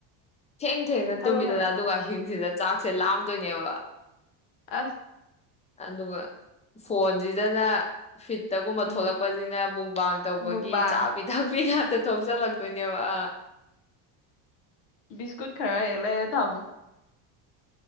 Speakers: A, on the left; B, on the left.
A: ꯊꯦꯡ ꯊꯦꯡꯅ
B: ꯍꯥꯏꯔꯛꯑꯣ
A: ꯇꯨꯝꯃꯤꯗꯅ
B: ꯍꯥꯏꯔꯛꯑꯣ
A: ꯑꯗꯨꯒ ꯑꯍꯤꯡꯁꯤꯗ ꯆꯥꯛꯁꯦ ꯂꯝꯗꯏꯅꯦꯑꯕ
B: ꯑꯁ
A: ꯑꯗꯨꯒ ꯐꯣꯟꯁꯤꯗꯅ ꯐꯤꯠꯇꯒꯨꯝꯕ
B: ꯎꯝ
A: ꯊꯣꯛꯣꯂꯛꯄꯁꯤꯅ ꯃꯨꯛꯕꯥꯡ ꯇꯧꯕꯒꯤ
B: ꯃꯨꯛꯕꯥꯡ
A: ꯆꯥꯕꯤ ꯊꯛꯄꯤ ꯉꯥꯛꯇ ꯊꯣꯛꯆꯜꯂꯛꯇꯣꯏꯅꯤ <unintelligible> ꯕ
B: ꯕꯤꯁꯀꯨꯠ ꯈꯔ ꯍꯒꯂꯦꯔꯥ ꯊꯝꯃꯣ